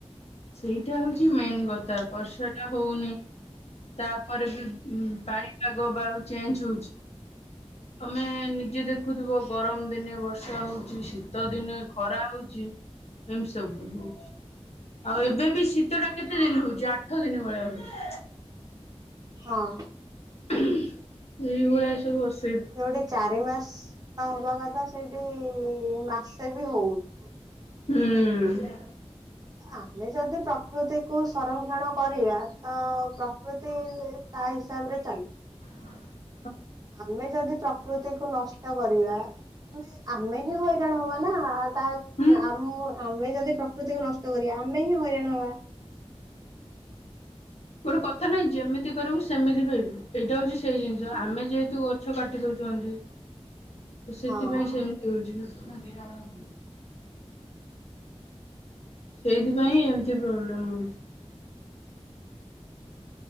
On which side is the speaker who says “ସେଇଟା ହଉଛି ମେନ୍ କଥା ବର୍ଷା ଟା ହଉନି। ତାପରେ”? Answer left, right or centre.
Left